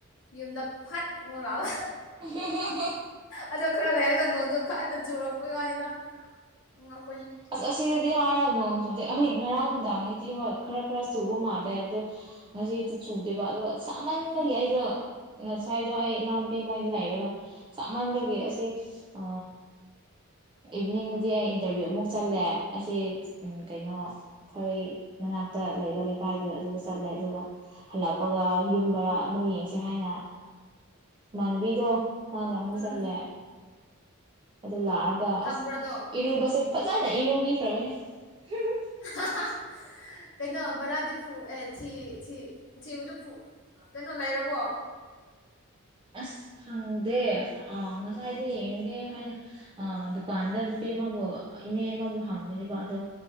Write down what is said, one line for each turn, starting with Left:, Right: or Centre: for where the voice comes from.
Left: ꯌꯨꯝꯗ ꯐꯠ ꯑꯃꯨꯛ ꯂꯥꯎꯑꯣ
Right: ꯍꯦ ꯍꯦ
Left: ꯑꯗꯣ ꯈꯔ ꯂꯩꯔꯒ ꯅꯣꯡꯗꯣ ꯈꯟꯅ ꯆꯨꯔꯛꯄꯩ ꯋꯥꯅꯤꯗ ꯉꯛ
Right: ꯑꯁ ꯑꯁꯤꯗꯗꯤ ꯍꯥꯥꯥꯏꯔ ꯅꯣꯡ ꯆꯨꯗꯦ ꯑꯩꯍꯣꯏ ꯉꯔꯥꯡ ꯅꯨꯡꯗꯥꯡꯗꯩꯗꯤ ꯍꯣꯏ ꯈꯔ ꯈꯔ ꯆꯨꯕ ꯃꯥꯜꯂꯦ ꯑꯗꯣ ꯉꯁꯤꯗꯤ ꯆꯨꯗꯦꯕ ꯑꯗꯣ ꯁꯥ ꯃꯟꯕꯒꯤ
Left: ꯎꯝ
Right: ꯑꯩꯗꯣ ꯉꯁꯥꯏꯗꯣ ꯑꯩ ꯏꯅꯥꯎꯄꯤ ꯃꯣꯏꯗ ꯂꯩꯔꯒ ꯁꯥꯃꯟꯕꯒꯤ ꯑꯁꯦ ꯑ ꯏꯚꯤꯅꯤꯡꯗꯗꯤ ꯑꯩ ꯏꯟꯇꯔꯚꯤꯌꯨ ꯑꯃꯨꯛ ꯆꯠꯂꯦ ꯑꯁꯤ ꯎꯝ ꯀꯩꯅꯣ ꯑꯩꯈꯣꯏ ꯃꯅꯥꯛꯇ ꯂꯩꯕ ꯂꯩꯀꯥꯏꯗꯨꯗ ꯑꯗꯨꯗ ꯆꯠꯂꯦ ꯑꯗꯨꯒ ꯍꯜꯂꯛꯄꯒ ꯌꯨꯝ ꯈꯔ ꯑꯃꯨꯛ ꯌꯦꯡꯁꯦ ꯍꯥꯏꯅ ꯏꯃꯥꯟꯅꯕꯤꯗꯣ ꯃꯥꯒ ꯑꯃꯨꯛ
Left: ꯎꯝ
Right: ꯆꯠꯂꯦ ꯑꯗꯨ ꯂꯥꯛꯑꯒ
Left: ꯐꯪꯕ꯭ꯔꯥꯗꯣ
Right: ꯑꯁ ꯏꯔꯨꯕꯁ ꯐꯖꯅ ꯏꯔꯨꯕꯤꯈ꯭ꯔꯕꯅꯦ ꯍꯨꯝ ꯎꯝ
Left: ꯍꯥ ꯍꯥ ꯀꯩꯅꯣ ꯕꯔꯥꯗꯤ ꯐꯨ ꯑꯦ ꯊꯤ ꯊꯤ ꯊꯤꯕꯗꯨ ꯐꯨ ꯀꯩꯅꯣ ꯂꯩꯔꯕꯣ
Right: ꯑꯁ ꯈꯪꯗꯦ ꯑ ꯉꯁꯥꯏꯗꯣ ꯌꯦꯡꯨꯒꯦ ꯍꯥꯏꯅ ꯑ ꯗꯨꯀꯥꯟꯗ ꯅꯨꯄꯤ ꯑꯃꯕꯨ ꯏꯅꯦ ꯑꯃꯕꯨ ꯍꯪꯕꯅꯦꯕ ꯑꯗꯣ